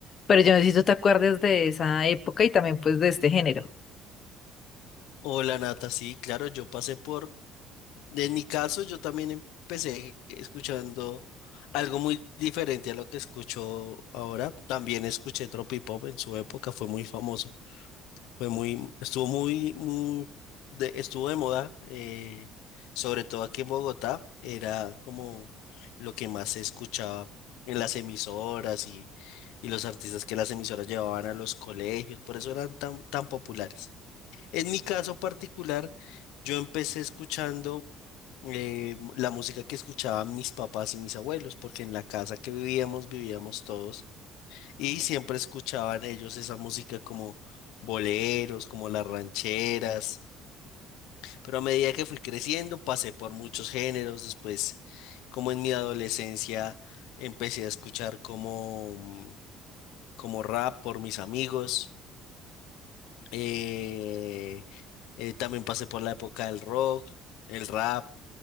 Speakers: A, on the left (about 40°); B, on the left (about 85°).
A: Pero yo necesito te acuerdes de esa época y también pues de este género.
B: Hola Nata, sí, claro, yo pasé por, en mi caso yo también empecé escuchando algo muy diferente a lo que escucho ahora. También escuché Tropipop en su época, fue muy famoso, fue muy, estuvo muy, muy de, estuvo de moda, eh, sobre todo aquí en Bogotá, era como lo que más se escuchaba en las emisoras y, y los artistas que las emisoras llevaban a los colegios, por eso eran tan, tan populares. En mi caso particular, yo empecé escuchando eh, mu- la música que escuchaban mis papás y mis abuelos, porque en la casa que vivíamos, vivíamos todos, y siempre escuchaban ellos esa música como boleros, como las rancheras. Pero a medida que fui creciendo, pasé por muchos géneros. Después, como en mi adolescencia, empecé a escuchar como, como rap por mis amigos. eh, eh, también pasé por la época del rock, el rap.